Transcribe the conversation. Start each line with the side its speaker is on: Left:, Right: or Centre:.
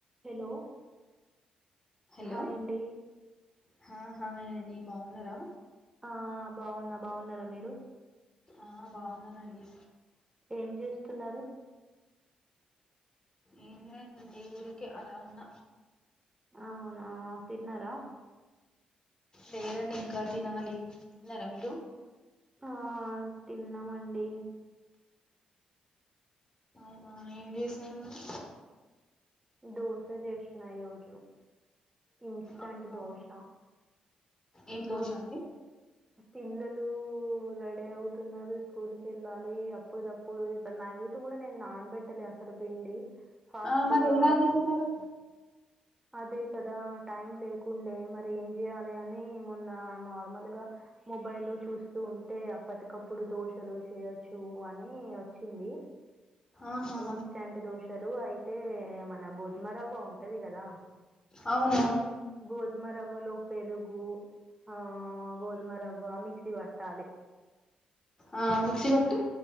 Right: Hello
Left: హలోహానండి
Right: hi అండి
Left: బాగున్నారా
Right: ఆ బాగున్న బాగున్నారా మీరు
Left: ఆ బాగున్నానండి
Right: ఏం చేస్తున్నారు
Left: ఏంలే అండి ఊరికే అల ఉన్న
Right: అవున తిన్నారా
Left: లేదండి ఇంకా తినాలి తిన్నారా మీరు
Right: ఆ తిన్నామండి
Left: అవునా ఏం చేశారు మరి
Right: దోశ చేస్తున ఈ రోజు ఇన్స్టంట్
Left: అవునా
Right: దోశ మీకు
Left: ఏం దోశ అండి
Right: పిల్లలు రెడీ అవుతున్నారు స్కూల్ కి వెళ్ళాలి అప్పుడప్పుడు ఇ నైట్ కూడా నేను నానబెట్టలే అసలు పిండి ఫాస్ట్
Left: ఆ మరి
Right: గా
Left: ఎలా చేస్తారు
Right: అదే కదా టైం లేకుండే మరి ఏం చేయాలి అని మొన్న నార్మల్ గా మొబైల్ లో చూస్తూ ఉంటే అప్పటికప్పుడు దోషలు చేయ చు అని వచ్చింది
Left: ఆహా
Right: ఇన్స్టంట్ దోశలు అయితే మన గోధుమరవ్వ ఉంటది కదా
Left: అవును
Right: గోధుమ రవ్వలో పెరుగు ఆ గోధుమ రవ్వ మిక్సీ పట్టాలి
Left: ఆ మిక్సీ బట్టి